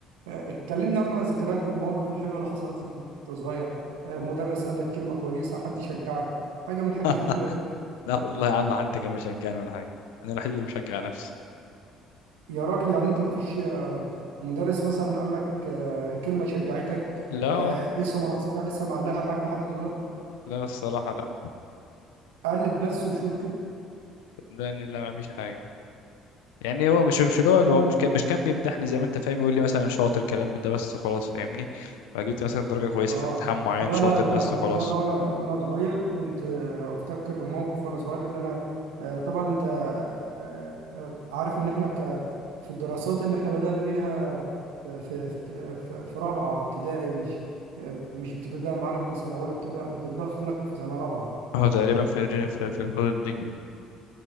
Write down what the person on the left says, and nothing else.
<laughs>
لا والله يا عم حد كان مشجعني ولا حاجه انا الوحيد اللي بشجع نفسي
لا
والله
لا الصراحه لا
صدقني لا ما فيش حاجه يعني هو مش مش اللي هو اللي
هو مش كان مش كان بيمدحني زي ما انت فاهم يقول لي مثلا شاطر كلام من ده بس خلاص فاهمني فجبت مثلا درجه كويسه
في امتحان معين
شاطر
بس
وخلاص
هو تقريبا في الري- في في الحدود دي